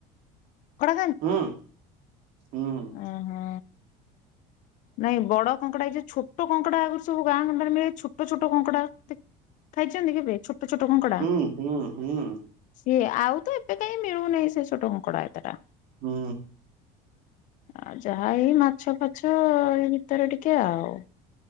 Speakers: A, on the left; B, on the right.
A: ଅଣ୍ଡା
B: ହୁଁ ହୁଁ।
A: ଅଁ ହଁ। ନାଇଁ ବଡ କଙ୍କଡା ଏ ଯଉ ଛୋଟ କଙ୍କଡା ଆଗ ସବୁ ଗାଁ ଗଣ୍ଡରେ ମିଳେ ଛୋଟ ଛୋଟ କଙ୍କଡା ଖାଇଛନ୍ତି କେବେ ଛୋଟ ଛୋଟ କଙ୍କଡା।
B: ହୁଁ ହୁଁ ହୁଁ
A: ସିଏ ଆଉ ତ ଏବେ କାହିଁ ମିଳୁନହିଁ ସେ ଛୋଟ କଙ୍କଡା ଏତେଟା।
B: ହୁଁ।
A: ଆଉ ଯାହା ହଇ ମାଛ ଫାଛ ଏଇ ଭିତରେ ଟିକେ ଆଉ।